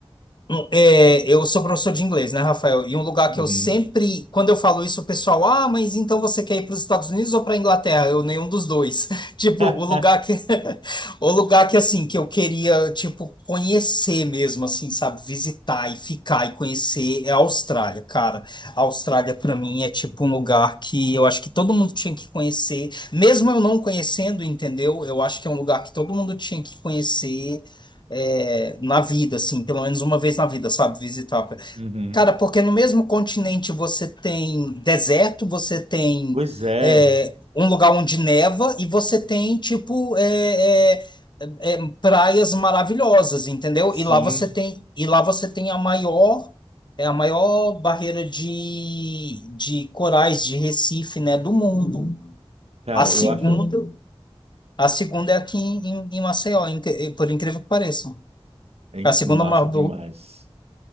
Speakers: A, on the left (about 45°); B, on the right (about 80°).
A: Hum, é, eu sou professor de inglês, né, Rafael? E um lugar
B: Uhum.
A: que eu sempre, quando eu falo isso, o pessoal, ah, mas então você quer ir para os Estados Unidos ou para a Inglaterra? Eu, nenhum dos dois. <laughs> Tipo,
B: <laughs>
A: o lugar que, <laughs> o lugar que, assim, que eu queria, tipo, conhecer mesmo, assim, sabe? Visitar e ficar e conhecer é a Austrália, cara. A Austrália, para mim, é tipo um lugar que eu acho que todo mundo tinha que conhecer, mesmo eu não conhecendo, entendeu? Eu acho que é um lugar que todo mundo tinha que conhecer é, na vida, assim, pelo menos uma vez na vida, sabe? Visitar.
B: Uhum.
A: Cara, porque no mesmo continente você tem deserto, você tem
B: Pois é,
A: é, um lugar onde neva e você tem, tipo, é, é, é, praias maravilhosas, entendeu?
B: sim.
A: E lá você tem, e lá você tem a maior. É a maior barreira de, de corais de Recife, né, do mundo.
B: Cara,
A: A segunda,
B: eu acho.
A: a segunda é aqui em, em Maceió, inc- por incrível que pareça.
B: hein?
A: A segunda
B: Massa
A: maior
B: demais.